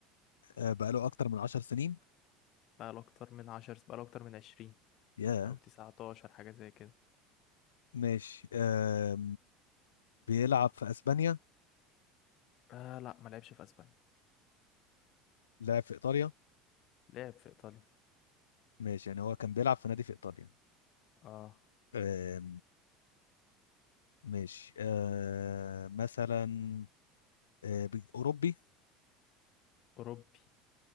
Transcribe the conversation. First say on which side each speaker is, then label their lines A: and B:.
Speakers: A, on the left (about 80°); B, on the left (about 50°).
A: آه بقاله اكتر من 10 سنين
B: بقاله اكتر من عشر بقاله اكتر من عشرين
A: يا
B: او تسعتاشر حاجة زي كده
A: ماشي آه بيلعب في اسبانيا
B: آه لا ما لعبش في اسبانيا
A: لعب في ايطاليا
B: لعب في ايطاليا
A: ماشي يعني هو كان بيلعب في نادي في ايطاليا
B: اه
A: آه ماشي آه مثلا آه بي- اوروبي
B: اوروبي